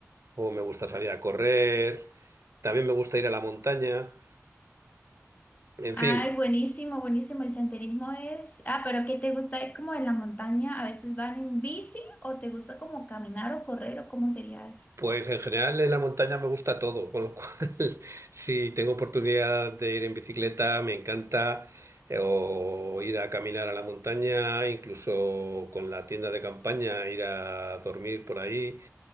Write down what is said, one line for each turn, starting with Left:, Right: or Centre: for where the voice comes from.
Right: o me gusta salir a correr. También me gusta ir a la montaña. En
Left: Ay,
Right: fin.
Left: buenísimo, buenísimo. El senderismo es... Ah, pero ¿qué te gusta? ¿Es como en la montaña? ¿A veces van en bici o te gusta como caminar o correr o cómo sería eso?
Right: Pues en general en la montaña me gusta todo, con lo cual <laughs> si tengo oportunidad de ir en bicicleta me encanta eh, o ir a caminar a la montaña, incluso con la tienda de campaña ir a dormir por ahí.